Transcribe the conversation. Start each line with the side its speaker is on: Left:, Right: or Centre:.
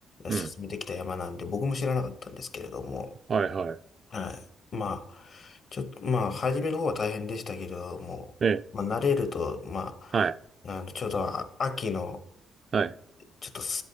Right: うん。
Left: 進めてきた山なんで、僕も知らなかったんですけれども、
Right: はいはい。
Left: はい。まあ、ちょっと、まあ、初めの方は大変でしたけれども、
Right: ええ。
Left: まあ、慣れると、ま
Right: はい。
Left: あ、あの、ちょうどあ秋の、
Right: はい。
Left: ちょっと